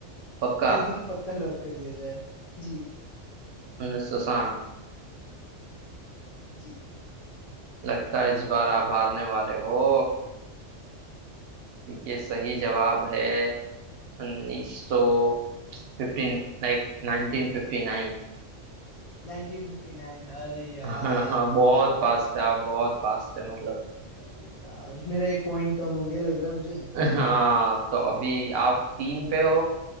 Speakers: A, on the right; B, on the left.
A: पक्का
B: इस बार पक्का लॉक कर दिया जाए जी
A: उन्नीस सौ साठ
B: जी
A: लगता है इस बार आप हारने वाले हो क्योंकि सही जवाब है उन्नीस सौ फिफ्टीन लाइक नाइनटीन फिफ्टी नाइन
B: 1959 अरे
A: <laughs>
B: यार
A: हाँ हाँ बहुत पास थे आप बहुत पास थे मतलब
B: अरे यार मेरा एक पॉइंट कम हो गया लग रहा है मुझे
A: हाँ तो अभी आप तीन पे हो